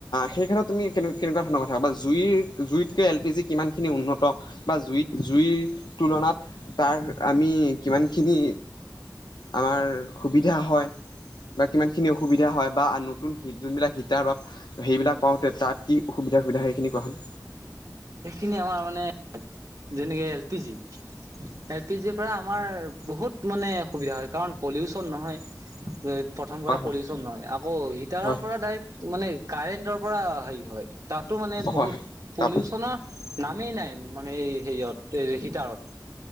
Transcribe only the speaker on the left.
সেই ক্ষেত্ৰত তুমি কেনে কেনেকুৱা ধৰণৰ কথা ক'ব বা জুইৰ জুইতকৈ এল পি জি কিমানখিনি উন্নত বা জুইত জুইৰ তুলনাত তাৰ আমি কিমানখিনি। আমাৰ সুবিধা হয়। বা কিমান খিনি অসুবিধা হয় বা নতুন যোনবিলাক হিতাৰ বা সেইবিলাক পাওঁতে তাত কি অসুবিধা। সুবিধা সেইখিনি কোৱা হ'ল।
হয় হয়
হয়
হয়
তাপ